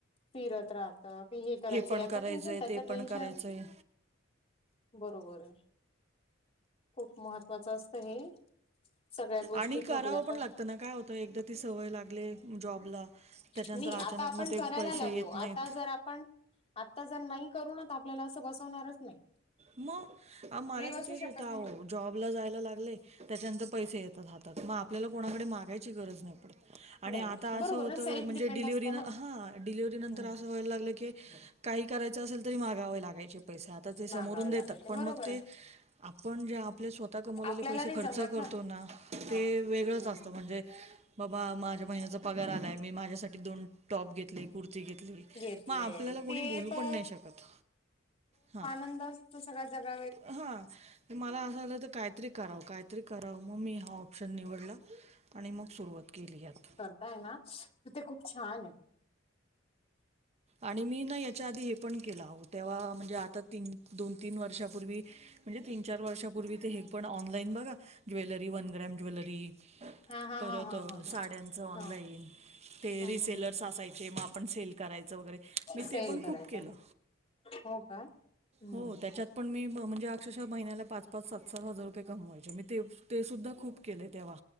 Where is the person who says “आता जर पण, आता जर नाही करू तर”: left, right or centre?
Left